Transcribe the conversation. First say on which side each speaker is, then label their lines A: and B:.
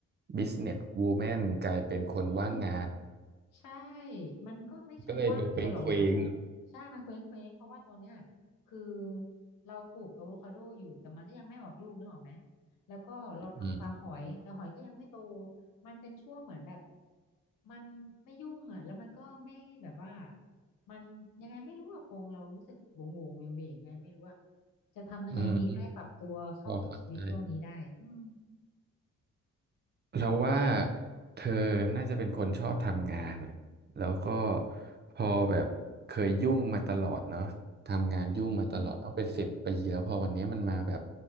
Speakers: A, on the right (about 30°); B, on the left (about 80°).
A: business woman กลายเป็นคนว่างงาน
B: อืม ใช่ มันก็ไม่เชิงว่างทีเดียวหรอกนะแต่
A: ก็เลยดูเป็นเคว้ง
B: ใช่ มันเคว้งเเพราะว่าตอนเนี้ยคือเราปลูกอะโวคาโดอยู่แต่มันก็ยังไม่ออกลูกนึกออกไหมแล้วก็เราทำฟาร์มหอยแต่หอยก็ยังไม่โต
A: อืม
B: มันเป็นช่วงเหมือนแบบมันไม่ยุ่งอ่ะแล้วมันก็ไม่แบบว่ามันยังไงไม่รู้อะพงเรารู้สึกวงวงเวงเวงๆยังไงไม่รู้อะจะทำยังไงดีให้ปรับตัวเข้ากับชีวิตช่วงนี้ได้อืม
A: อืมอืมพอเข้าใจ เราว่าเธอน่าจะเป็นคนชอบทำงานอะแล้วก็พอแบบเคยยุ่งมาตลอดเนาะทำงานยุ่งมาตลอดต้องเป็นสิบปีแล้วพอวันนี้มันมาแบบ
B: อืม